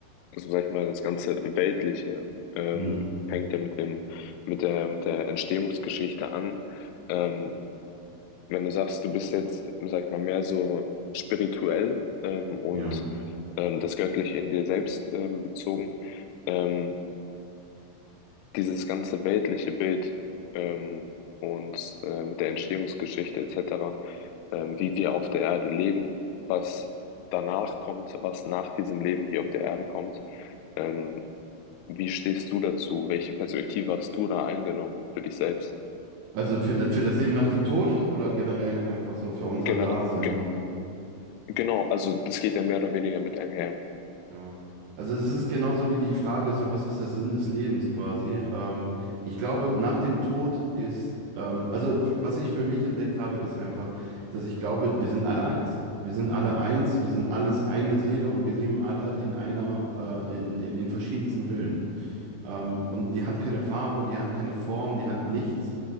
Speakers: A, on the left; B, on the right.
A: also sag ich mal, das ganze Weltliche ähm,
B: Mhm.
A: fängt ja mit dem, mit der, mit der Entstehungsgeschichte an. Ähm, wenn du sagst, du bist jetzt, sag ich mal, mehr so spirituell ähm, und
B: Ja.
A: ähm, das Göttliche in dir selbst ähm, bezogen, ähm, dieses ganze weltliche Bild ähm, und äh, mit der Entstehungsgeschichte etc., ähm, wie wir auf der Erde leben, was danach kommt, was nach diesem Leben hier auf der Erde kommt. Ähm, wie stehst du dazu? Welche Perspektive hast du da eingenommen für dich selbst?
B: Also für, das- für das Leben nach dem Tod oder generell einfach so für unser
A: Gener
B: Dasein.
A: ge genau, also das geht ja mehr oder weniger mit einher.
B: Ja. Also es ist genauso wie die Frage, so was ist der Sinn des Lebens quasi? Ähm, ich glaube, nach dem Tod ist, ähm, also f- was ich für mich entdeckt habe, ist einfach, dass ich glaube, wir sind alle eins. Wir sind alle eins, wir sind alles eine Seele und wir leben alle in einer, äh, in, in, in verschiedensten Höhen. Ähm, und die hat keine Farbe, die hat keine Form, die hat nichts.